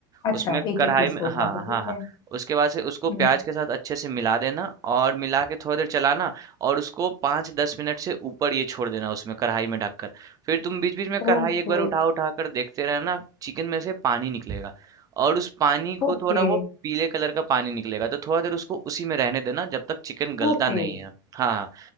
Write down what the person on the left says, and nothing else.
अच्छा
एक
एक पीस
को
उठा के ठीक
है
हम्म
ओके
ओके
ओके